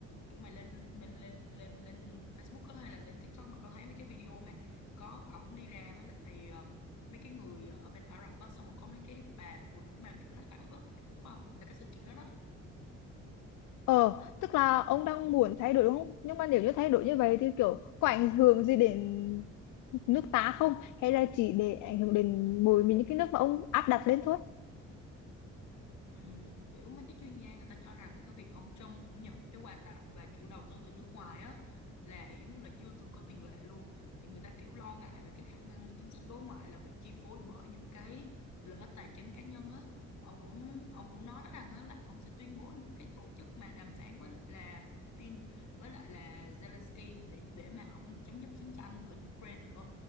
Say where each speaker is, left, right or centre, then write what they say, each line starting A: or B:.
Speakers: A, on the left (about 65°); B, on the left (about 80°).
A: kiểu mày lên mình lên lên lên Facebook á hay là lên TikTok mày có thấy mấy cái video mà có ổng đi ra với lại ờ, mấy cái người ở bên Ả Rập á xong rồi có mấy cái bà phụ nữ mà kiểu lắc lắc lắc lắc đúng không là cái sự kiện đó đó
B: Ờ, tức là ông đang muốn thay đổi đúng không? Nhưng mà nếu như thay đổi như vậy thì kiểu có ảnh hưởng gì đến nước ta không? Hay là chỉ để ảnh hưởng đến mỗi mình những cái nước mà ông áp đặt lên thôi?
A: Ừm, kiểu mấy cái chuyên gia người ta cho rằng là cái việc ông Trump cũng nhận cái quà tặng và kiểu đầu tư từ nước ngoài á là giống như là chưa từng có tiền lệ luôn thì người ta kiểu lo ngại về cái khả năng mà chính sách đối ngoại là bị chi phối bởi những cái lợi ích tài chính cá nhân á ông cũng ông cũng nói rằng á, là ông sẽ tuyên bố những cái tổ chức mà đàm phán với lại là Putin với lại là Zelensky để, để mà ông chấm dứt chiến tranh ở Ukraine nữa